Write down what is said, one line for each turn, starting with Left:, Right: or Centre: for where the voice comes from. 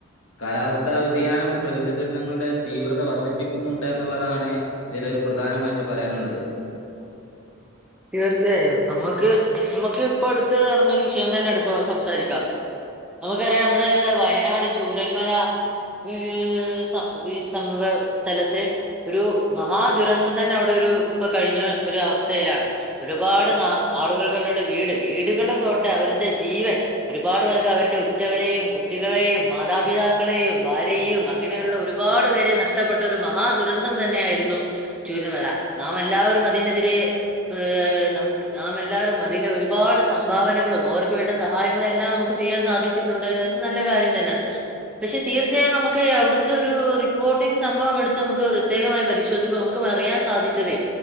Left: കാലാവസ്ഥാ വ്യതിയാനം പ്രകൃതി ദുരന്തങ്ങളുടെ തീവ്രത വർദ്ധിപ്പിക്കുന്നുണ്ട് എന്നുള്ളതാണ്. ഇതില് ഒരു പ്രധാനമായിട്ട് പറയാനുള്ളത്.
Centre: തീർച്ചയായും. നമുക്ക് നമുക്ക് ഇപ്പൊ അടുത്ത് നടന്നൊരു വിഷയം തന്നെ എടുതോ സംസാരിക്കാം. നമുക്കറിയാം നമ്മുടെ വയനാട് ചൂരൽമല. <unintelligible> സ്ഥലത്തെ ഒരു മഹാ ദുരന്തം തന്നെ അവിടെ ഒരു ഇപ്പൊ കഴിഞ്ഞ ഒരു അവസ്ഥയിലാണ്. ഒരുപാട് ആളുകൾക്ക് അവരുടെ വീട് വീടുകൾ, പോട്ടെ അവരുടെ ജീവൻ. ഒരുപാട് പേർക്ക് അവന്റെ ഉറ്റവരെയും, കുട്ടികളെയും, മാതാപിതാക്കളെയും, ഭാര്യയെയും, അങ്ങനെയുള്ള ഒരു ഒരുപാട് പേരെ നഷ്ടപ്പെട്ട ഒരു മഹാദുരന്തം തന്നെയായിരുന്നു. ചൂരൽമല. നാം എല്ലാവരും അതിനെതിരെ നാമല്ലാവരും എല്ലാവരും അതിലെ ഒരുപാട് സംഭാവനകളും, അവർക്ക് വേണ്ട സഹായങ്ങളും, എല്ലാം നമുക്ക് ചെയ്യാൻ സാധിച്ചിട്ടുണ്ട്. അത് നല്ല കാര്യം തന്നെയാണ്. പക്ഷെ തീർച്ചയായും നമുക്ക് അവിടുത്തെ ഒരു റിപ്പോർട്ടിംഗ് സംഭവം എടുത്ത് നമുക്ക് പ്രത്യകമായി പരിശോധി നമുക്ക് അറിയൻ സാധിച്ചത്